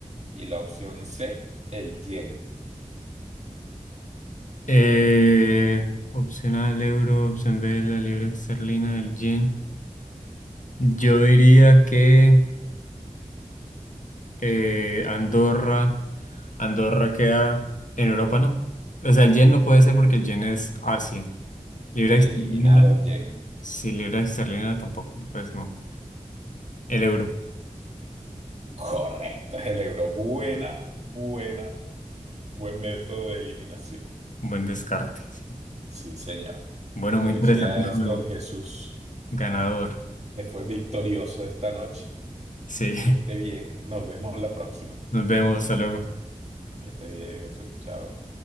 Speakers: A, on the right; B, on the left.
A: Y la opción C, el yen.
B: Eh, opción A, el euro, opción B, la libra esterlina, el yen. Yo diría que eh, Andorra, Andorra queda en Europa, ¿no? O sea, el yen no puede ser porque el yen es Asia. Libra
A: Eliminado
B: esterlina,
A: el yen.
B: sí, libra esterlina tampoco, pues no. El euro,
A: Correcto, es el euro. Buena, buena, buen método de eliminación.
B: buen descarte. sí.
A: Sí, señor.
B: Bueno,
A: Felicidades,
B: muy interesante el juego.
A: don Jesús,
B: Ganador.
A: que fue victorioso esta noche.
B: Sí, <laughs>
A: Que esté bien. Nos vemos la próxima.
B: nos vemos, hasta luego.
A: Que esté bien, Jesús. Chao.